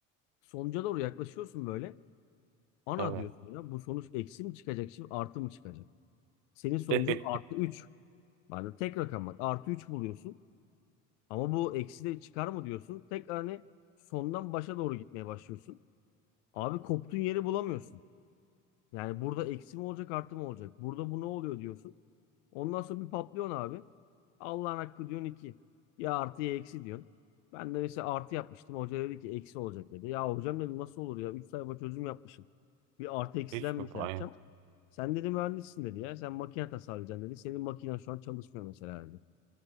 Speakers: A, on the left; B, on the right.
A: Sonuca doğru yaklaşıyorsun böyle. Ana
B: Tabii.
A: diyorsun ya bu sonuç eksi mi çıkacak şimdi artı mı çıkacak? Senin sonucun
B: <laughs>
A: artı üç Yani tek rakam bak artı 3 buluyorsun. Ama bu eksi de çıkar mı diyorsun. Tekrar hani sondan başa doğru gitmeye başlıyorsun. Abi koptuğun yeri bulamıyorsun. Yani burada eksi mi olacak artı mı olacak? Burada bu ne oluyor diyorsun. Ondan sonra bir patlıyorsun abi. Allah'ın hakkı diyorsun 2. Ya artı ya eksi diyorsun. Ben de mesela artı yapmıştım. Hoca dedi ki eksi olacak dedi. Ya hocam dedim nasıl olur ya? üç sayfa çözüm yapmışım. Bir artı eksiden
B: Hiç mi
A: bir şey
B: payım?
A: yapacağım. Sen dedi mühendissin dedi ya. Sen makine tasarlayacaksın dedi. Senin makinen şu an çalışmıyor mesela dedi.